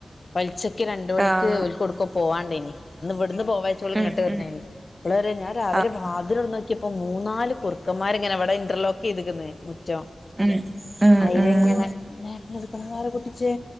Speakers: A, on the left (about 55°); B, on the right (about 25°).
A: പൽച്ചക്ക് രണ്ട്മണിക്ക്
B: ആഹ്
A: ഓൽക്കൊടുക്കോ പോവാണ്ടെനി ന്ന് ഇവട്ന്ന് പോവാച്ചോള്ങ്ങട്ട്
B: ഉം
A: വച്ചോളൂങ്ങട്ട് ന്നേനി
B: ഉം
A: ഓള്‌പറയാ ഞാൻരാവിലേ
B: ആഹ്
A: അതിലൊർന്നോക്യപ്പോ മൂന്നാല് കുറുക്കമ്മാര് ങ്ങനെ വടെ ഇന്റർലോക്കീതുക്ക്ന്ന് മുറ്റം.
B: ഉം. ഉം
A: അയ്ലങ്ങനെ
B: ഉം
A: <unintelligible> ആരാ പൊട്ടിച്ചേ.